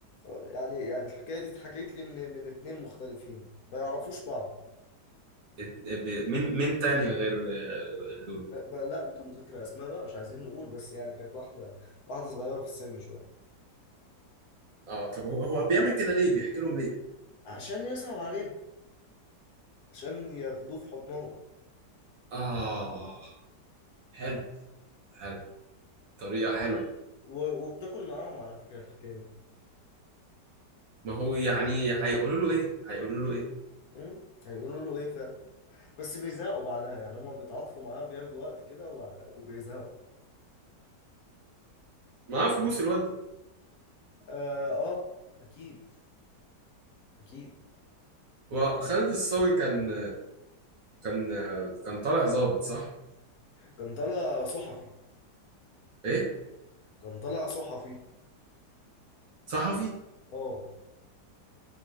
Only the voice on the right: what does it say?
ات- ب- من من تانية غير آه، لولو
اه طب هو هو بيعمل كده ليه بيحكي لهم ليه
آه حلو حلو طريقة حلوة
ما هو يعني هيقولوا له إيه هيقولوا له إيه
معاه فلوس الواد ده
وخالد الصاوي كان كان كان طالع ظابط صح
إيه
صحفي